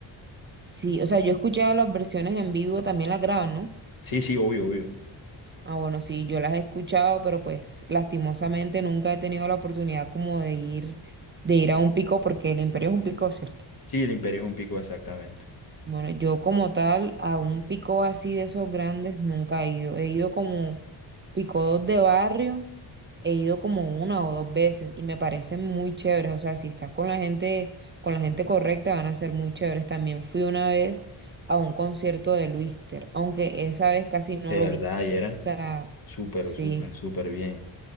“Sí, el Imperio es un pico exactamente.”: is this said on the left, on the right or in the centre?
Left